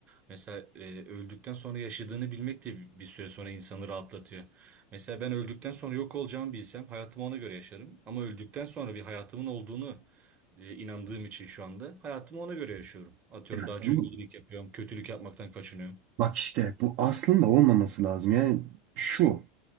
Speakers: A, on the right (about 35°); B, on the right (about 55°).
A: Mesela e, öldükten sonra yaşadığını bilmek de bir süre sonra insanı rahatlatıyor. Mesela ben öldükten sonra yok olacağımı bilsem hayatımı ona göre yaşarım. Ama öldükten sonra bir hayatımın olduğunu e, inandığım için şu anda hayatımı ona göre yaşıyorum. Atıyorum
B: Evet.
A: daha
B: Anladın
A: çok
B: mı?
A: iyilik yapıyorum, kötülük yapmaktan kaçınıyorum.
B: Bak işte bu aslında olmaması lazım. Yani şu.